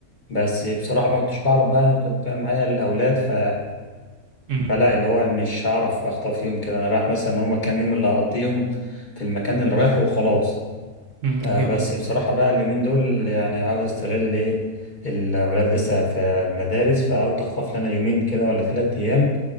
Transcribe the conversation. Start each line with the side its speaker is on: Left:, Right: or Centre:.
Left: بس بصراحة ما كنتش بعرف بقى أنا كنت بقى معايا الأولاد ف
Right: امم
Left: فلا اللي هو مش هعرف اخطف فيهم كده انا رايح مثلا هما كام يوم اللي هقضيهم في المكان اللي رايحه وخلاص
Right: امم
Left: آه
Right: ايوه
Left: بس
Right: ايوه
Left: بصراحة بقى اليومين دول يعني عاوز استغل ايه الأولاد لسه في المدارس فعاوز أخطف لنا يومين كده ولا ثلاث أيام